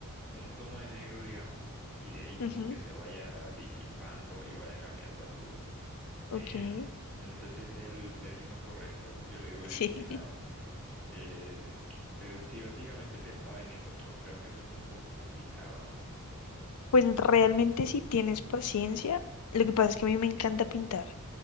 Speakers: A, in the centre; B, on the left.
A: un tono de negro, digamos, y de ahí como
B: ujú,
A: que se vaya disipando y vaya cambiando a azul. Em,
B: ok,
A: no sé si es el término correcto, yo le digo difuminado,
B: sí. <laughs>
A: eh, pero sí, básicamente pensaba en eso, pero creo que suena un poco complicado, ¿no?
B: Pues realmente si tienes paciencia, lo que pasa es que a mí me encanta pintar,